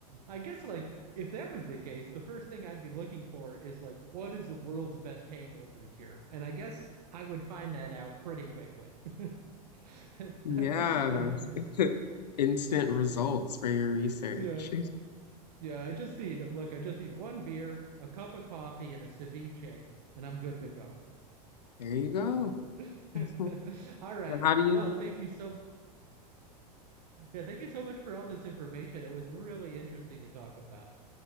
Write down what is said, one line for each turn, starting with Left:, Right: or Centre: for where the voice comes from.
Right: I guess like if that was the case, the first thing I'd be looking for is like what is the world's best hangover cure? And I guess I would find that out pretty quickly. <laughs> I'd
Left: Yeah. <laughs>
Right: be-
Left: Instant results for your research.
Right: yeah. Yeah, I just need look, I just need one beer, a cup of coffee, and a ceviche, and I'm good to go.
Left: There you go.
Right: <laughs>
Left: Mhm.
Right: All right.
Left: And how do you?
Right: Well, thank you so yeah, thank you so much for all this information. It was really interesting to talk about.